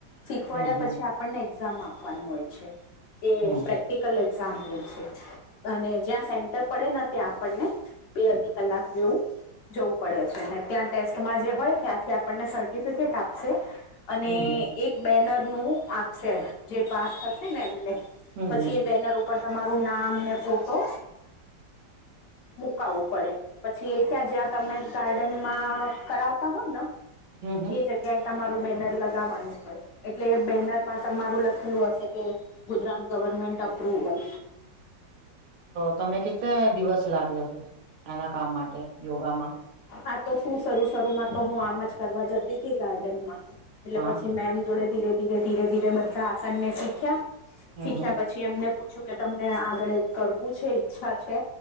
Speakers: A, on the left (about 70°); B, on the right (about 65°).
A: શીખવાડ્યા
B: હમ હમ
A: પછી આપણને એક્ઝામ આપવાની હોય છે એ
B: હમ
A: પ્રેક્ટિકલ એક્ઝામ હોય છે. અને જ્યાં સેન્ટર પડેને ત્યાં આપણને બે અઢી કલાક જેવુ. જવું પડે છે ત્યાં ટેસ્ટમાં જે હોય ત્યાંથી આપણને સર્ટિફિકેટ આપશે. અને
B: હમ હમ
A: એક બેનર નું આપશે જે પાસ થશે ને એમને
B: હમ
A: પછી
B: હમ
A: એ બેનર ઉપર તમારું નામ ને ફોટો મુકાવું પડે પછી એ ત્યાં જ્યાં તમે ગાર્ડનમાં કરાવતા હોય ને
B: હમ હમ
A: એ જગ્યા ક્યાંય તમારું બેનર લગાવવાનું હોય એટલે એ બેનર માં તમારું લખેલું હશે કે ગુજરાત ગવર્મેન્ટ અપ્રુવલ
B: તો તમે કેટલા દિવસ લાગ્યો છો એના કામ માટે યોગામાં
A: હા તો શું શરૂ શરૂમાં તો હું આમ જ કરવા જતી હતી ગાર્ડનમાં એટલે
B: હા
A: પછી મેમ જોડે ધીરે ધીરે ધીરે ધીરે બધા આસનને શીખ્યા
B: હમ
A: શીખ્યા
B: હમ
A: પછી પછી એમને પૂછું કે તમને આગળ કરવું છે ઈચ્છા છે